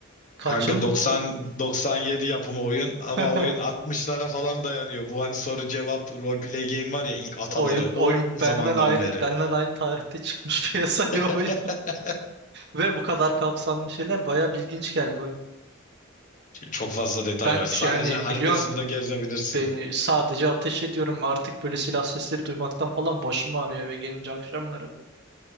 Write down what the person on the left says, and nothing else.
Kanka
90 97 yapımı oyun ama
oyun 60'lara falan dayanıyor. Bu hani soru cevap roleplay game var ya ilk ataları
o
zamandan
beri.
<laughs>
Çok fazla detay
var. Sadece
haritasında
gezebilirsin.